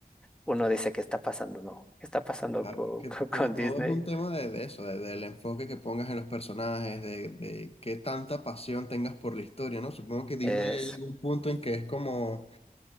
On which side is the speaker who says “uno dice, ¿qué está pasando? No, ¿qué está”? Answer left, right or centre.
Centre